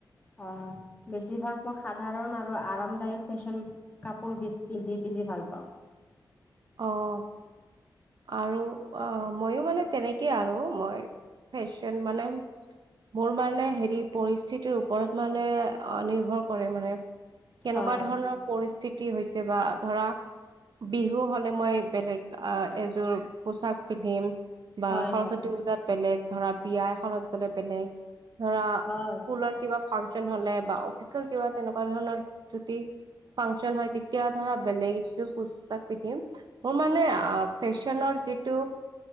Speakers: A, on the left (about 20°); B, on the right (about 60°).
A: আহ। বেছিভাগ মই সাধাৰণ আৰু আৰামদায়ক ফেশ্বন কাপোৰ পিন্ধি বেছি ভাল পাওঁ।
B: অ'। আৰু ময়ো মানে তেনেকেই আৰু মই ফেশ্বন মানে মোৰ মানে হেৰি পৰিস্থিতিৰ ওপৰত মানে নিৰ্ভৰ কৰে মানে কেনেকুৱা
A: হয়,
B: ধৰণৰ পৰিস্থিতি হৈছে বা ধৰা বিহু হলে মই বেলেগ এযোৰ পোচাক পিন্ধিম বা
A: হয়,
B: সৰস্বতী
A: হয়,
B: পওজাত বেলেগ ধৰা বিয়া এখনত গলে বেলেগ ধৰা
A: হয়,
B: স্কুলত কিবা ফাংচন হলে বা অফিচৰ কিবা তেনেকুৱা ধৰণৰ যদি ফাংচন হয় তেতিয়া ধৰা বেলেগয পোচাক পিন্ধিম মোৰ মানে ফেশ্বনৰ যিটো